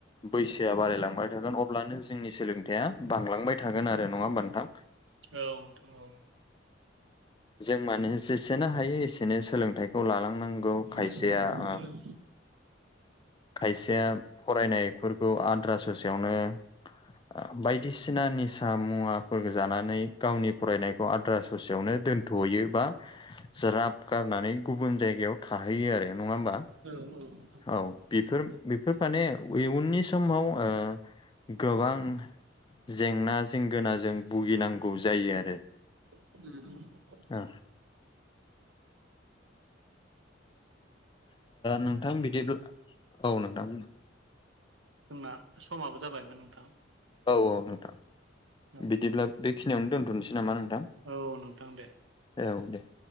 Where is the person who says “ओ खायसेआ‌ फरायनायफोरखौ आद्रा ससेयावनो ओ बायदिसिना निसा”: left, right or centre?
Left